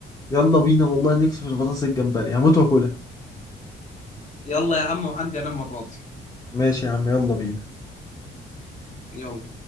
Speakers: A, on the left; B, on the left.
A: يلا بينا والله نفسي في البطاطس الجمبري هموت واكلها
B: يلا يا عم وعندي انام المره دي
A: ماشي يا عم يلا بينا
B: يلا